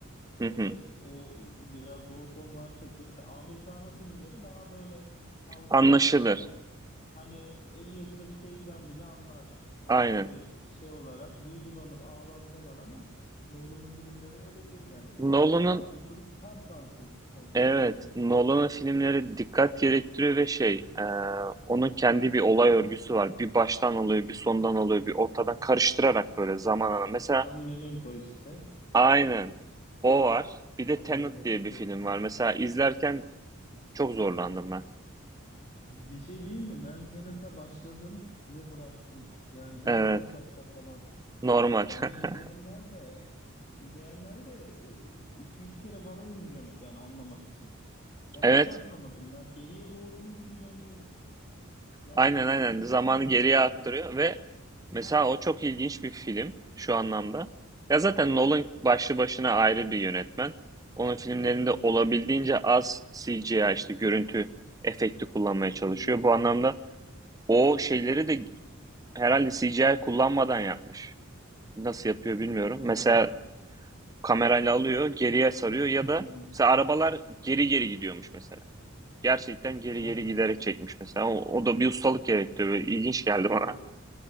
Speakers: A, on the right (about 15°); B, on the left (about 35°).
A: Hı
B: ee,
A: hı.
B: o biraz zor konular seçiyor. Mesela Amir Kağan'ın filmleri daha böyle halka
A: Anlaşılır.
B: hitap eden hani 50 yaşındaki teyzem bile anlar. Ama
A: Aynen.
B: tabii şey olarak duygulanır, ağlar falan ama Nolan'ın filmleri öyle değil yani. O
A: Nolan'ın
B: biraz daha oturup tam kalsın konsantrasyon.
A: evet Nolan'ın filmleri dikkat gerektiriyor ve şey e, onun kendi bir olay örgüsü var. Bir baştan alıyor, bir sondan alıyor, bir ortadan karıştırarak böyle zaman alan. Mesela
B: Tam Memento işte.
A: aynen o var. Bir de
B: Anlaması
A: Tenet diye
B: çok
A: bir film
B: zor.
A: var. Mesela izlerken çok zorlandım ben.
B: Bir şey değil mi? Ben Tenet'e başladım ve bıraktım. Yani bir
A: Evet,
B: 30 dakika falan.
A: normal.
B: Yani onu
A: <laughs>
B: izleyenler de <laughs> izleyenler de 2-3 kere falan izliyormuş yani anlamak için. Ben
A: Evet
B: hiç anlamadım ya. Geriye doğru mu gidiyormuş? Yani
A: Aynen aynen
B: çok
A: zamanı
B: sıkıldım
A: geriye
B: bir de.
A: aktarıyor ve mesela
B: Ha,
A: o çok ilginç bir film şu anlamda. Ya zaten Nolan başlı başına ayrı bir yönetmen. Onun filmlerinde
B: evet.
A: olabildiğince az CGI işte görüntü efekti kullanmaya çalışıyor.
B: Hmm,
A: Bu anlamda o şeyleri de herhalde CGI kullanmadan yapmış. Nasıl yapıyor bilmiyorum.
B: hadi
A: Mesela
B: ya.
A: kamerayla alıyor, geriye sarıyor ya da
B: Hmm,
A: mesela arabalar geri geri gidiyormuş mesela. Gerçekten geri
B: ha,
A: geri giderek çekmiş mesela. O, o da bir ustalık gerektiriyor. Böyle İlginç geldi
B: evet.
A: bana.